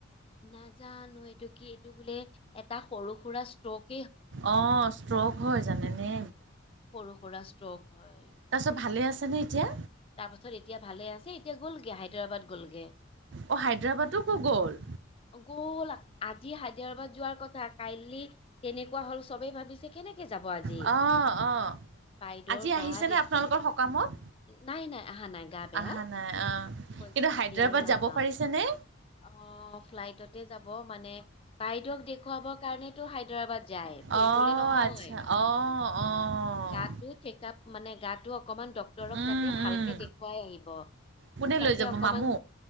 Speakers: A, on the left; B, on the right.
A: নাজানো এইটো কি এইটো বোলে এটা সৰু সুৰা ষ্ট্ৰপ।
B: অ ষ্ট্ৰক হয় জানে নে।
A: সৰু সুৰা ষ্ট্ৰক হয়।
B: তাৰপিছত ভালে আছেনে এতিয়া?
A: তাৰপাছত এতিয়া ভালে আছে। এ এতিয়া গ'লগৈ হায়দৰাবাদ গ'লগৈ।
B: অ হায়দৰাবাদো কো গ'ল।
A: গ'ল আজি হায়দৰাবাদ যোৱাৰ কথা কাইলি তেনেকুৱা হ'ল চবেই ভাবিছে কেনেকে যাব আজি।
B: অ', অ
A: বাইদেউৰ
B: আজি আহিছে
A: গা
B: নে
A: দেখুৱা
B: আপোনালোকৰ সকামত।
A: নাই নাই আহা নাই গা বেয়া।
B: আহা নাই অ',
A: কৈছে
B: কিন্তু হায়দৰাবাদ
A: আদি আৰু নাযাও
B: যাব পাৰিছেনে?
A: আহ ফ্লাইটতে যাব মানে বাইদেউক দেখুৱাবৰ কাৰণেতটো হায়দৰাবাদ যায় ফুৰিবলে
B: অ',
A: নহয়
B: আচ্ছা অ', অ',
A: গাটো চেক আপ মানে গাত অকমান ড্ক্তৰক
B: উম,
A: তাকে ভালকে
B: উম,
A: দেখুৱাই আহিব।
B: কোনে
A: তাতে
B: লৈ যাব
A: অকমান
B: মামু।